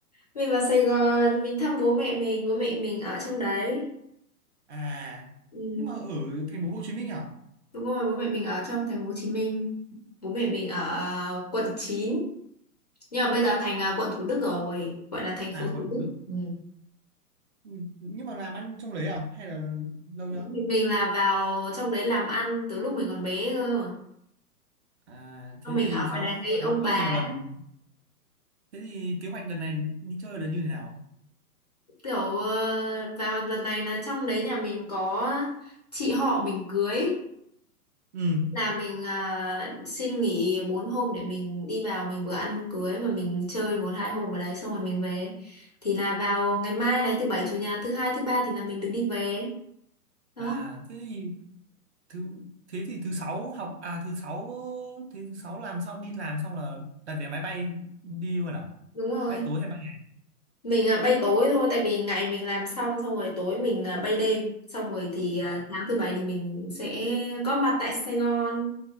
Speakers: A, on the left; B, on the right.
A: Mình vào Sài Gòn, mình thăm bố mẹ mình, bố mẹ mình ở trong đấy.
B: À,
A: Ừ,
B: nhưng mà ở thành phố Hồ Chí Minh à?
A: đúng rồi, bố mẹ mình ở trong thành phố Hồ Chí Minh. Bố mẹ mình ở ờ, quận 9, nhưng mà bây giờ thành ờ, quận Thủ Đức rồi, gọi là thành
B: À,
A: phố
B: quận
A: Thủ
B: Thủ
A: Đức.
B: Đức.
A: Ừ.
B: Ừ, nhưng mà làm ăn trong đấy à? Hay là lâu
A: Bố
B: chưa?
A: mẹ mình là vào trong đấy làm ăn từ lúc mình còn bé cơ.
B: À, thế
A: Xong Mình
B: thì
A: ở ngoài
B: khéo
A: này
B: vào
A: với ông
B: đấy
A: bà,
B: chơi nhiều lần. Thế thì kế hoạch lần này đi chơi là như thế nào?
A: kiểu ờ, vào lần này là trong đấy nhà mình có chị họ mình cưới
B: Ừ.
A: là mình à, xin nghỉ 4 hôm để mình đi vào mình vừa ăn cưới và mình chơi một hai hôm ở đấy xong rồi mình về thì là vào ngày mai này thứ bảy chủ nhật thứ hai thứ ba thì là mình được đi về đó
B: À, thế thì thứ thế thì thứ sáu học à thứ sáu thế thứ sáu làm xong đi làm xong là đặt vé máy bay đi luôn à?
A: đúng rồi
B: Bay tối hay bay ngày?
A: mình à, bay tối thôi tại vì ngày mình làm xong xong rồi tối mình à, bay đêm xong rồi thì à,
B: À.
A: sáng thứ bảy thì mình sẽ có mặt tại Sài Gòn